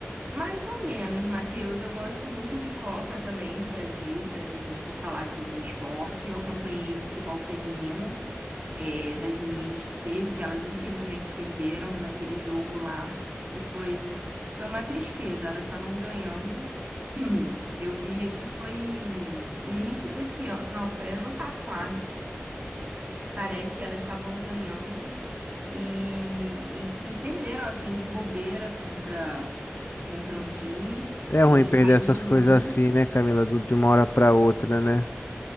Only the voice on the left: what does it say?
É ruim
perder
essas
coisas
assim, né, Camila, do- de uma hora pra outra, né?